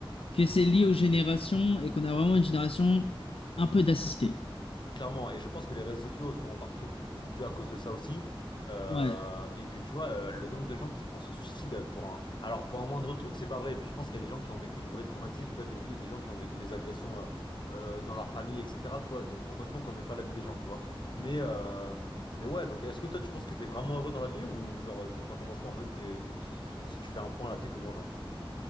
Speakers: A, on the left; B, on the left.
A: que c'est lié aux générations et qu'on a vraiment une génération un peu d'assistée.
B: Clairement, et je pense que les réseaux sociaux sont en partie au- dus à cause de ça aussi, euh,
A: Ouais.
B: et que tu vois, euh, le nombre de gens qui pensent au suicide pour un... Alors, pour un moindre truc, c'est pas vrai, et puis je pense qu'il y a des gens qui ont vécu des vrais traumatismes, tu vois, des, vues- des gens qui ont vécu des agressions euh, euh, dans leur famille, etc., tu vois, donc encore une fois, on connaît pas la vie des gens, tu vois, mais, euh, mais ouais, donc est-ce que toi, tu penses que t'es vraiment heureux dans la vie, ou genre, t'en- enfin, t'en penses quoi un peu de tes... Si tu fais un point, là, t'es comment, genre?